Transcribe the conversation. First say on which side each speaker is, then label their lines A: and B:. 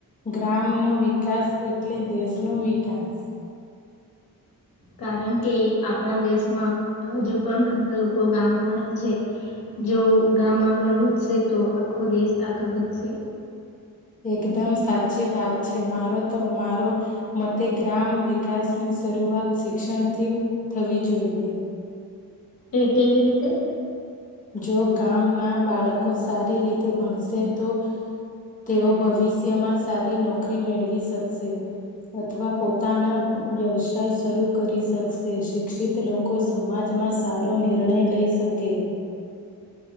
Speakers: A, on the left (about 25°); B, on the left (about 80°).
A: ગ્રામનોો વિકાસ એટલે દેશનો વિકાસ
B: કારણ કે આપણા દેશમાં હજુ પણ ઘણા લોકો ગામમાં રહે છે જો ગામ આગળ વધશે તો આખો દેશ આગળ વધશે
A: એકદમ સાચી વાત છે મારો તો મારો મતે ગ્રામ વિકાસની શરૂઆત શિક્ષણથી થવી જોઈએ
B: એ કેવી રીતે
A: જો ગામના બાળકો સારી રીતે ભણશે તો તેઓ ભવિષ્યમાં સારી નોકરી મેળવી શકશે અથવા પોતાના વ્યવસાય શરૂ કરી શકશે શિક્ષિત લોકો સમાજમાં સારો નિર્ણય લઈ શકે